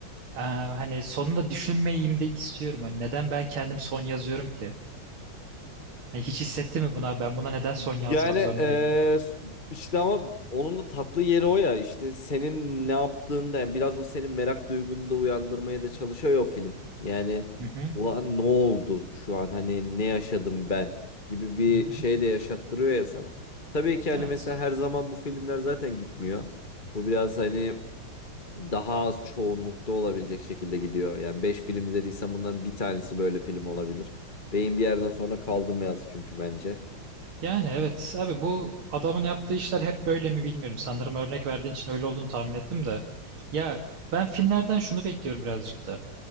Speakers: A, on the right; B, on the left.
A: e, hani sonunda düşünmeyeyim de istiyorum. Hani neden ben kendim son yazıyorum ki? Yani hiç hissetti mi buna? Ben buna neden son
B: Yani
A: yazmak zorundayım?
B: eee, işte ama onun da tatlı yeri o ya işte senin ne yaptığında yani biraz o senin merak duygunu da uyandırmaya da çalışıyor ya o film. Yani
A: Hı hı.
B: ulan ne oldu şu an hani ne yaşadım ben gibi bir
A: Hı hı.
B: şey de yaşattırıyor ya sana. Tabii ki hani
A: Evet.
B: mesela her zaman bu filmler zaten gitmiyor. Bu biraz hani daha az çoğunlukta olabilecek şekilde gidiyor. Yani 5 film izlediysen bunların bir tanesi böyle film olabilir. Beyin bir yerden sonra kaldırmayız çünkü bence.
A: Yani evet abi bu adamın yaptığı işler hep böyle mi bilmiyorum. Sanırım örnek verdiğin için öyle olduğunu tahmin ettim de. Ya ben filmlerden şunu bekliyorum birazcık da.